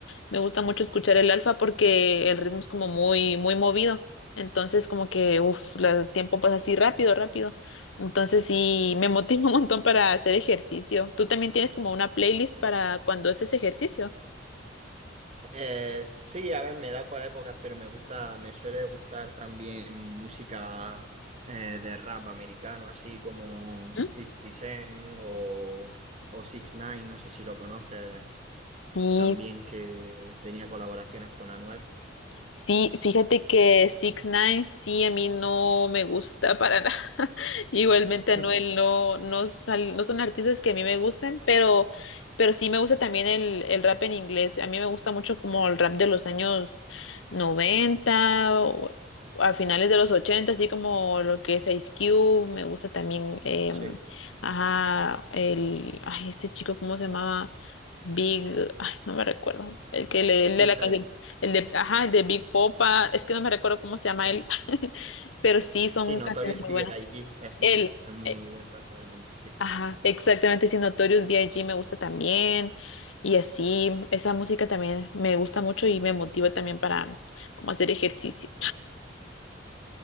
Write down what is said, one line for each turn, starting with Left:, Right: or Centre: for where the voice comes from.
Left: me gusta mucho escuchar el alfa porque el ritmo es como muy, muy movido. Entonces, como que, uff, el tiempo pasa así rápido, rápido. Entonces, sí, me motiva <laughs> un montón para hacer ejercicio. ¿Tú también tienes como una playlist para cuando haces ejercicio?
Right: Eh, sí, a ver, me da por épocas, pero me gusta, me suele gustar también música eh, de rap americano, así como
Left: ¿Mm?
Right: Fifty Cent o, o 6 ix no sé si lo conoces
Left: Sí,
Right: también, que tenía colaboraciones con Anuel.
Left: Sí, fíjate que Six Nine sí a mí no me gusta para nada. <laughs> Igualmente
Right: <laughs>
Left: Anuel no, no, sal- no son artistas que a mí me gusten, pero, pero sí me gusta también el, el rap en inglés. A mí me gusta mucho como el rap de los años 90 o a finales de los 80 así como lo que es Ice Cube. Me gusta también, em,
Right: Sí,
Left: ajá, el, ay, este chico, ¿cómo se llamaba? Big, ay, no me recuerdo, el que le, el
Right: Big
Left: de la canción
Right: L.
Left: el de, ajá, el de Big Popa, es que no me recuerdo cómo se llama
Right: Sí,
Left: él, <laughs> pero sí son
Right: Sí, Notorious
Left: canciones muy
Right: B.I.G.
Left: buenas.
Right: es
Left: Él,
Right: muy, es muy
Left: eh,
Right: buen rapper también. Sí,
Left: ajá, exactamente, sí, Notorious b i g me gusta también, y así, esa música también me gusta mucho y me motiva también para como hacer ejercicio.